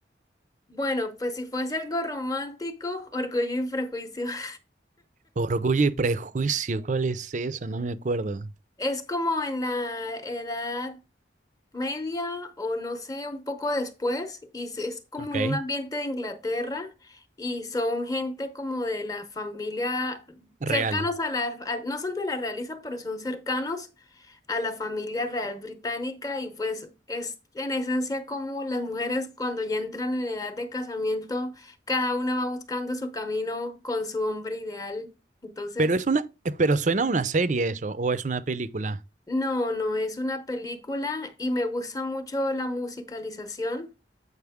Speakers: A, on the left; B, on the right.
A: bueno, pues si fuese algo romántico, Orgullo y Prejuicio. <laughs>
B: Orgullo y prejuicio, ¿cuál es eso? No me acuerdo.
A: Es como en la edad media o no sé, un poco después, y es es como
B: Ok,
A: en un ambiente de Inglaterra y son gente como de la familia,
B: real.
A: cercanos a la, a- no son de la realeza, pero son cercanos a la familia real británica y pues es en esencia como las mujeres cuando ya entran en edad de casamiento, cada una va buscando su camino con su hombre ideal. Entonces,
B: Pero es una, pero suena a una serie eso, o es una película.
A: no, no es una película y me gusta mucho la musicalización.